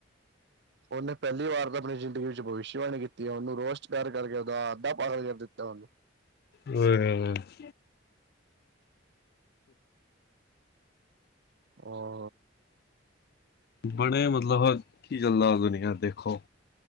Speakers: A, on the right (about 60°); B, on the left (about 55°).
A: ਉਹਨੇ ਪਹਿਲੀ ਵਾਰ ਤਾਂ ਆਪਣੀ ਜ਼ਿੰਦਗੀ ਵਿੱਚ ਭਵਿਸ਼ਵਾਣੀ ਕੀਤੀ ਹੈ ਉਹਨੂੰ ਰੋਸਟ ਕਰਕੇ ਉਹਦਾ ਅੱਧਾ ਪਾਗਲ ਕਰ ਦਿੱਤਾ ਉਹਨੂੰ।
B: ਕੋਈ ਗੱਲ ਨਹੀਂ।
A: ਹੋਰ?
B: ਬੜਾ ਮਤਲਬ, ਕੀ ਚੱਲਦਾ ਦੁਨੀਆਂ ਦੇਖੋ,